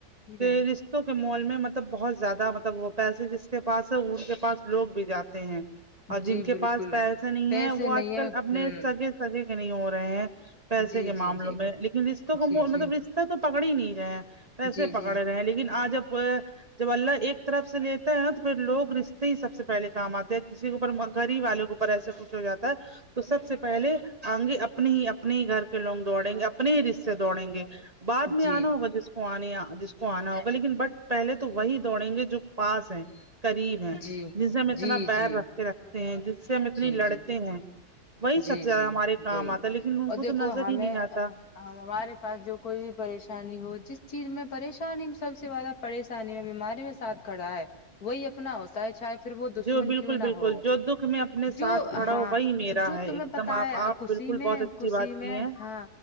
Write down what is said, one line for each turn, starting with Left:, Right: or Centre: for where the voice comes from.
Left: جی
Right: کہ
Left: بہن
Right: رش کے مال میں مطلب بہت زیادہ مطلب وہ پیسے جس کے پاس ہے ان کے پاس لوگ بھی جاتے ہیں اور
Left: جی
Right: جن کے
Left: بالکل
Right: پاس پیسے نہیں
Left: پیسے
Right: ہیں وہ
Left: نہیں
Right: آج
Left: ہے
Right: کل
Left: ہوں
Right: اپنے سگے سگے کے نہیں ہو رہے ہیں پیسے
Left: جی
Right: کے معاملوں
Left: جی جی
Right: میں لیکن رشتوں کو
Left: جی
Right: مطلب
Left: جی
Right: ر تو پکڑ ہی نہیں رہے ہیں ویسے
Left: جی جی
Right: پکڑے رہے ہیں لیکن آج اب جب اللہ ایک طرف سے لیتا ہے نا تو پھر لوگ رشتے ہی سب سے پہلے کام آتے ہے کسی کے اوپر گھر ہی والے کے اوپر ایسا کچھ ہو جاتا ہے تو سب سے پہلے آگے اپنے ہی اپنے ہی گھر کے لوگ دوڑیں گے اپنے ہی رشتے دوڑیں گے بعد میں
Left: جی
Right: آنا ہوا جس کو آنے جس کو آنا ہوگا لیکن بٹ پہلے تو وہی دوڑیں گے جو پاس ہے قریب ہے
Left: جی
Right: جن سے ہم اتنا
Left: جی
Right: بیر
Left: جی
Right: رکھ کے رکھتے ہیں جس سے ہم اتنی
Left: جی
Right: لڑتے
Left: جی
Right: ہیں وہی
Left: جی
Right: سب سے زیادہ
Left: جی
Right: ہمارے کام
Left: وہی
Right: آتا ہے لیکن ان
Left: اور دیکھو
Right: کو تو نظر
Left: ہمیں
Right: ہی نہیں آتا
Left: ہمارے پاس جو کوئی بھی پریشانی ہو جس چیز میں پریشانی میں سب سے زیادہ پریشانی میں بیماری میں ساتھ کھڑا ہے وہی اپنا ہوتا ہے چاہے پھر وہ دشمن
Right: جو بالکل
Left: کیوں نہ
Right: بالکل
Left: ہو
Right: جو دکھ میں اپنے ساتھ
Left: جو
Right: کھڑا
Left: ہاں
Right: ہو وہی میرا
Left: جو
Right: ہے
Left: تمہیں
Right: ایک
Left: پتا
Right: دم آپ
Left: ہے
Right: آپ
Left: خوسی
Right: بالکل
Left: میں
Right: بہت اچھی
Left: خوسی
Right: بات
Left: میں
Right: کی ہیں
Left: ہاں